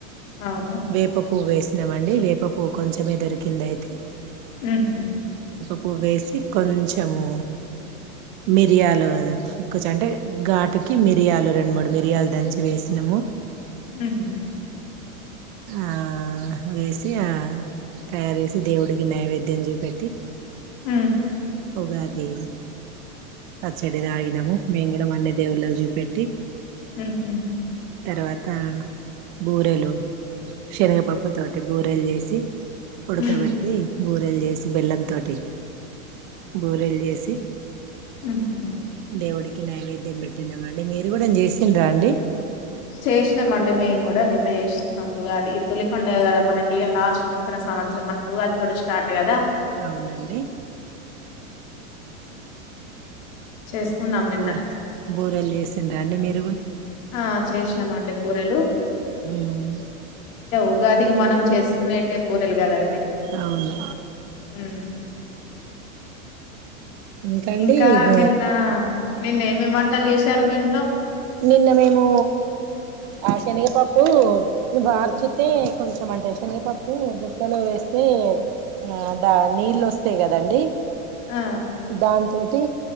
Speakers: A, on the left; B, on the right.
A: అవునా?
B: వేప పువ్ వేసినామండి వేప పువ్ కొంచమే దొరికింది అయితే
A: ఉహుమ్
B: ఉప్పు వేసి కొంచెము మిరియాలు కూచ అంటే ఘాటుకి మిరియాలు రెండు మూడు మిరియాలు దంచి వేసినం ము
A: హ్మ్
B: ఆ వేసి ఆ తయారుచెసి దేవుడికి నైవేద్యం చూపెట్టి
A: హ
B: గాది పచ్చడి తాగినము మేము కూడా అన్ని దేవుళ్ళకి చూపెట్టి
A: ఉహుమ్
B: తర్వాత బూరెలు శనగపప్పుతోటి బూరెలు చేసి ఉడకబెట్టి
A: హ్మ్.
B: బూరెలు చేసి బెల్లంతో బూరెలు చేసి
A: హుహు.
B: దేవుడికి నైవేద్యం పెట్టినామ అండి మీరు కూడా చేసిండ్రా అండి
A: చేసినం అండి మేము కూడా నిన్న చేసుకున్నామ ఉగాది తొలి పండుగ కదా మనకి లాస్ట్ నూతన సంవత్సరం మనకు ఉగాది తోటి స్టార్ట్ కదా
B: అవునండి
A: చేసుకున్నాం నిన్న.
B: బూర్ బూరెలు చేసిండ్రా అండి మీర
A: ఆ చేసినామండి బూరెలు
B: మ్మ్
A: ఉగాదికి మనం చేసుకునేటే బూరెలు కదండి
B: అవును
A: హు
B: ఇంకండి
A: ఇంకా
B: ఇగ
A: నిన్న నిన్న ఏమి వంటలు చేసారు మీ ఇంట్లో
B: నిన్న మేము ఆ శనగపప్పు వార్చుతే కొంచెం అంటే శనగపప్పు బుట్టలో వేస్తే ఆ దా నీళ్ళు వస్తాయి కదండి
A: ఆ!
B: దాంతోటి